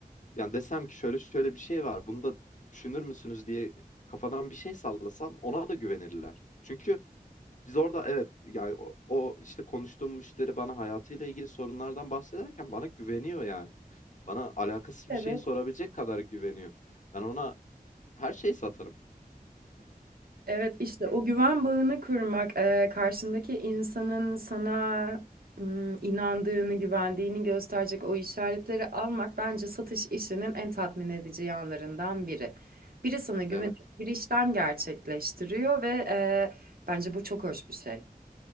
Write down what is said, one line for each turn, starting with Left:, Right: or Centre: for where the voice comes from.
Left: yani desem ki şöyle şöyle bir şey var. Bunu da düşünür müsünüz diye kafadan bir şey sallasam ona da güvenirler. Çünkü biz orada evet yani o, o işte konuştuğum müşteri bana hayatıyla ilgili sorunlardan bahsederken bana güveniyor yani. Bana alakasız bir
Right: Evet.
Left: şey sorabilecek kadar güveniyor. Ben ona her şeyi satarım.
Right: Evet işte o güven bağını kurmak, eee, karşındaki insanın sana mm, inandığını, güvendiğini gösterecek o işaretleri almak bence satış işinin en tatmin edici yanlarından biri. Biri sana güvenip
Left: Evet.
Right: bir işlem gerçekleştiriyor ve eee, bence bu çok hoş bir şey.